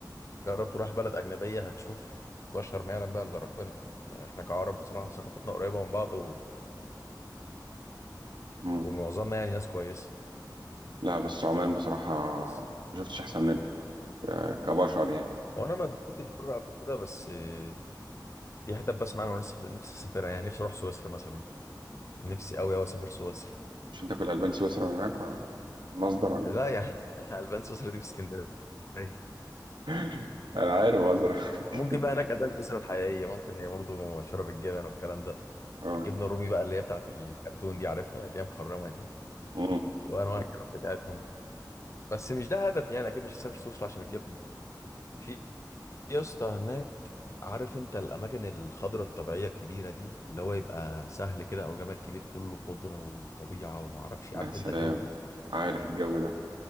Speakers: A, on the left; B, on the right.
A: جرب تروح بلد أجنبية هتشوف بشر ما يعلم بقى إلا ربنا يعني إحنا كعرب بصراحة ثقافتنا قريبة من بعض و...
B: امم
A: ومعظمنا يعني ناس كويسة
B: لا بس عمان بصراحه
A: بس
B: ما شفتش احسن منها آه، كبشر يعني
A: هو أنا ما سافرتش بره قبل كده بس آه، في حتت بسمع أنا ولسه نفسي أسافرها يعني نفسي أروح سويسرا مثلا نفسي أوي أوي أسافر سويسرا
B: مش انت كل البان سويسرا من هناك و- مصدر ولا
A: لا
B: ايه
A: يعني <laughs> البان سويسرا دي في اسكندريه <laughs>
B: <laughs> انا عارف مصدر <laughs>
A: ممكن بقى هناك البان سويسرا الحقيقيه ممكن هي برضو مشهوره بالجبن والكلام ده
B: اه
A: الجبنه الرومي بقى اللي هي بتاعت الكرتون دي عارفها اللي هي مخرمه دي
B: امم
A: وانواع الجبن بتاعتهم بس مش ده هدف يعني اكيد مش هسافر سويسرا عشان الجبنه في يا اسطى هناك عارف انت الاماكن الخضراء الطبيعيه الكبيره دي اللي هو يبقى سهل كده او جبل كبير كله خضره وطبيعه وما اعرفش عارف
B: يا سلام
A: انت الجو ده
B: عارف الجو ده